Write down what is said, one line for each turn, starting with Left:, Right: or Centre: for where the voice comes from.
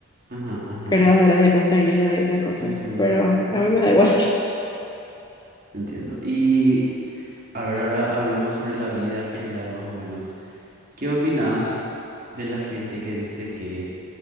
Right: Ajá, ajá,
Left: creadores de contenido y esas cosas,
Right: entiendo,
Left: pero
Right: entiendo,
Left: a mí me da igual. <laughs>
Right: entiendo. Y a ver, ahora hablemos sobre la vida general más o menos. ¿Qué opinas de la gente que dice que,